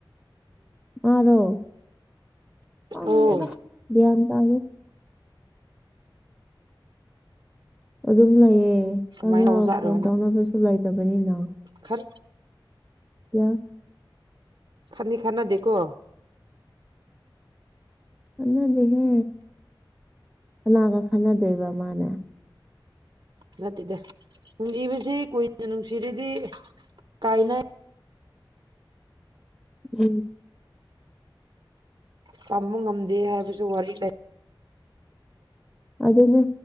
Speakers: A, in the centre; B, on the right.
A: ꯑꯣ ꯀꯗ
B: ꯑꯣ
A: ꯝ ꯇ ꯑꯗꯨꯝ ꯂꯩꯑ
B: ꯀꯃꯥꯏꯅ
A: ꯀꯅꯤ
B: ꯇꯧꯖꯥꯠꯅꯣ
A: ꯐꯣꯟ ꯇꯧꯅꯕꯁꯨ ꯂꯩꯇꯕꯅꯤꯅ
B: ꯈꯔ
A: ꯀꯌꯥ
B: ꯈꯅꯤ ꯈꯅꯗꯦꯀꯣ
A: ꯈꯠꯟꯅꯗꯦꯍꯦ ꯀꯅꯥꯒ ꯈꯟꯅꯗꯣꯏꯕ ꯃꯥꯅꯦ
B: ꯅꯠꯇꯦꯗ ꯅꯨꯡꯖꯤꯕꯁꯤ ꯀꯨꯏꯅ ꯅꯨꯡꯁꯤꯔꯗꯤ ꯀꯥꯏꯅ
A: ꯎꯝ
B: ꯇꯝꯕ ꯉꯝꯗꯦ ꯍꯥꯏꯕꯁꯨ ꯋꯥꯔꯤ ꯂꯩ
A: ꯑꯗꯨꯅꯦ